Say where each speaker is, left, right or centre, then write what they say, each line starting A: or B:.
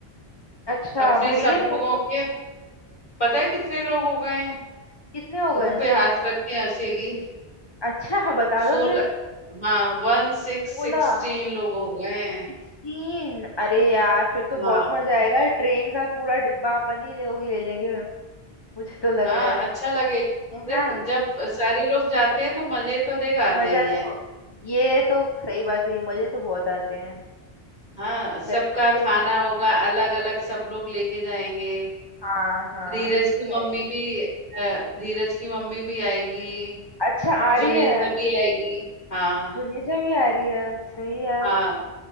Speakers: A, on the left (about 25°); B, on the left (about 45°).
A: अच्छा
B: अपने
A: बढ़िया
B: सब
A: है
B: लोगों
A: फिर तो
B: के पता है कितने लोग हो गए हैं
A: कितने हो
B: मुंह
A: गए
B: पे हाथ रख के हंसेगी
A: अच्छा हाँ बता
B: सोलह
A: दो फिर
B: हाँ वन सिक्स
A: सोलह
B: सिक्सटीन लोग हो गए हैं
A: सीन अरे यार फिर तो बहुत
B: हाँ
A: मजा आएगा ट्रेन का पूरा डिब्बा अपन ही लोग ले लेंगे मुझे तो लग
B: हाँ
A: रहा है
B: अच्छा लगेगा
A: है ना
B: देख जब सारे लोग जाते हैं तो मजे तो देख आते
A: मजा
B: ही हैं
A: तो ये तो सही बात कही मजे तो बहुत आते हैं
B: हाँ सबका
A: चलेंगे फिर
B: खाना होगा अलग अलग सब लोग लेके जाएंगे
A: हाँ हाँ
B: धीरज
A: ये
B: की
A: तो
B: मम्मी
A: है
B: भी अ, धीरज की मम्मी भी आएगी
A: अच्छा आ
B: जुनेजा
A: रही है
B: भी आएगी हाँ
A: जुनेजा भी आ रही है सही यार
B: हाँ